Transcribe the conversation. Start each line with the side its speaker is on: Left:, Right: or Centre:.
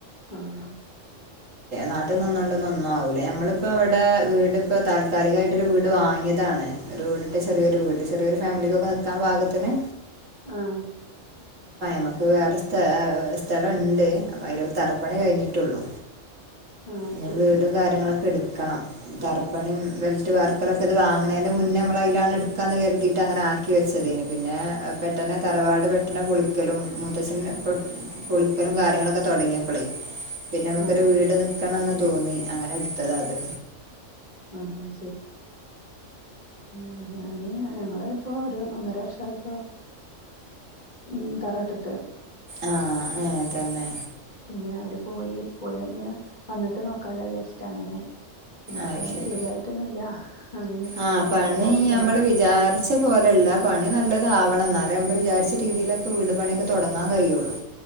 Left: ആഹ്
Right: നാട്ട് നിന്നോണ്ടൊന്നു ഒന്നും ആവൂല. നമ്മള്പ്പോ ഇവടെ വീട് ഇപ്പൊ താൽക്കാലികായിട്ടൊരു വീട് വാങ്ങിയതാണ് ഒരോടിട്ട ചെറിയൊരു വീട് ചെറിയൊരു ഫേമിലിക്കൊക്കെ നിക്കാൻ പാകത്ത്ന്
Left: ആഹ്
Right: നമ്മക്ക് വേറെ സ്ഥ <unintelligible> സ്ഥലണ്ട് അപ്പയ്ല് തറപ്പണി കഴിഞ്ഞിട്ടുള്ളു
Left: ആഹ്
Right: ഇഞ്
Left: ശരി.
Right: വീടും
Left: ആഹ്
Right: കാര്യങ്ങളൊക്കെ ഇട്ക്ക- ക്കണം തറപ്പണിം വെൽറ്റ് വാർക്കലൊക്കെ ഇത് വാങ്ങ്ണേന്റെ മുന്നമ്മളയിലാണ് ഇടുക്കാന്ന് കരുതിയിട്ട് അങ്ങനെ ആക്കി വെച്ചതേനി പിന്നെ പെട്ടന്ന് തറവാട് പ പിന്നെ പൊളിക്കലും മുത്തച്ഛന്ന് പൊളിക്കലും കാര്യങ്ങളൊക്കെ തൊടങ്ങ്യേപ്പളേ പിന്നെ നമക്കൊരു
Left: ആഹ്
Right: വീട് നിക്കണംന്ന് തോന്നി അങ്ങനെ ഇടുത്തത ഇത്
Left: ആഹ് ശെര് ഉം ഞാന് ഞങ്ങള് ഇപ്പോ ഒരു ഒന്നര വർഷയിപ്പോ ഉം തറ ഇട്ട്ട്ട്
Right: ആഹ് ഏഹ് തന്നെ
Left: പിന്നെ അവര് പോയി. പോയി കഴിഞ്ഞ് വന്നിട്ട് നോക്കാലോ വിചാ <unintelligible> ച്ചിട്ട് അങ്ങനെ പിന്ന ഒക്കെ
Right: അത്
Left: ഒന്ന്
Right: ശരി
Left: ശരിയായിട്ടൊന്നുല്ല അങ്ങനെ
Right: ആഹ്
Left: ബെൽറ്റ്
Right: പണി
Left: വാർത്ത്ട്ടൊന്നുല്ല
Right: നമ്മൾ വിചാരിച്ച പോലെയല്ല പണി നല്ലതാവണം ഇന്നാലേ അമ്മള് വിചാരിച്ച രീതിയിലെക്കെ വീട് പണിയൊക്കെ തൊടങ്ങാൻ കഴിയൊള്ളു